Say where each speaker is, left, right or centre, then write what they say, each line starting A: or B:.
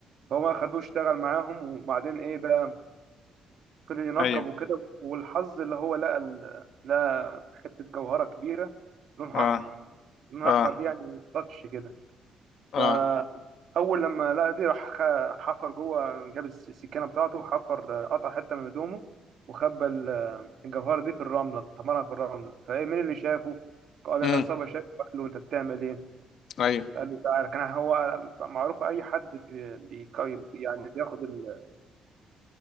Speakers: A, on the right (about 65°); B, on the left (about 70°).
A: فهو اخدوه اشتغل معاهم وبعدين ايه بقى فضل ينقب
B: ايوه
A: وكده والحظ اللي هو لقى ال- لقى حتة جوهرة كبيرة لونها
B: اه
A: احمر لونها
B: اه
A: احمر دي يعني تاتش كده
B: اه
A: فأول لما لقى دي راح خ- حفر جوه جاب الس- السكينة بتاعته وحفر آه، قطع حتة من هدومه وخبى ال- آه، الجوهرة دي في الرملة طمرها في الرملة فإيه مين اللي شافه؟ قال
B: امم
A: العصابة شافه قال له أنت بتعمل إيه؟
B: ايوه
A: قال له تعالى كان هو معروف أي حد بي بي- يعني بياخد ال...